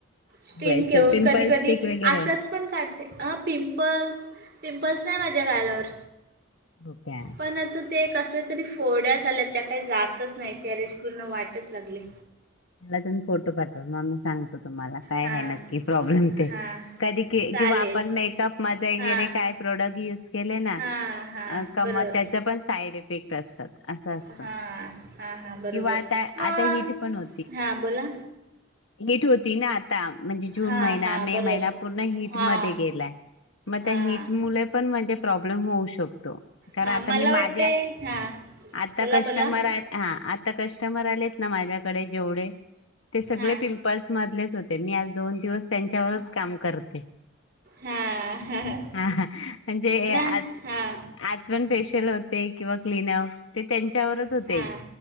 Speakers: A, on the right; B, on the left.
A: स्टीम
B: वैसे
A: घेऊन
B: पिंपल
A: कधी कधी
B: स्टिक वगैरे
A: असंच
B: आहे
A: पण काढते. ह पिंपल्स पिंपल्स नाही माझ्या गालावर.
B: हो काय
A: पण आता ते कसल्या तरी फोड्या झाल्या त्या काही जातच नाही. चेहऱ्याची पूर्ण वाटच लागली.
B: मला तेन फोटो पाठवा. मग आम्ही सांगतो. तुम्हाला काय
A: हां
B: आहे नक्की प्रॉब्लेम ते.
A: हां
B: कधी
A: चालेल
B: किंवा आपण मेकअप मध्ये वगैरे
A: हां
B: काय प्रोडक्ट युज केले ना.
A: हां हां
B: आ का
A: बरोबर
B: कम त्याचे पण साईड इफेक्ट असतात. असं असत.
A: हां हां हां बरोबर
B: किंवा आता
A: मग
B: आता हिट पण हो
A: हां बोला.
B: हीट होती ना. ता. म्हणजे जून
A: हां
B: महिना,
A: हां
B: मे
A: बरोबर
B: महिना पूर्ण हिट
A: हां
B: मध्ये गेलाय. मग त्या
A: हां
B: हीट मुळे पण माझे प्रॉब्लेम होऊ शकतो. खरं,
A: हां
B: आता
A: मला
B: मी माझ्या
A: वाटते हां
B: आता
A: बोला
B: कस्टमर
A: बोला
B: आहेत. हा आ आता कस्टमर आलेत ना. माझ्याकडे जेवढे ते सगळे
A: हां
B: पिंपल्स मधलेच होते. मी आज दोन दिवस त्यांच्यावरच काम करते.
A: हां
B: हा हा म्हणजे
A: ना
B: आज
A: हां
B: आज पण फेशियल होते. किंवा क्लीनअप ते त्यांच्यावरच होते.
A: हां